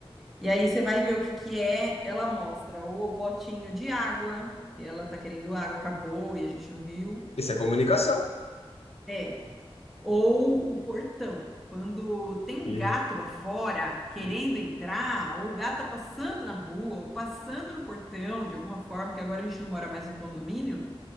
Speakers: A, in the centre; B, on the left (about 85°).
A: E aí você vai ver o que que é, ela mostra o potinho de água, que ela tá querendo água, acabou e a gente não viu.
B: Isso é comunicação.
A: É. Ou o portão. Quando tem um
B: E-
A: gato lá fora querendo
B: e-
A: entrar, ou o gato tá passando na rua, ou passando no portão de alguma forma, que agora a gente não mora mais no condomínio.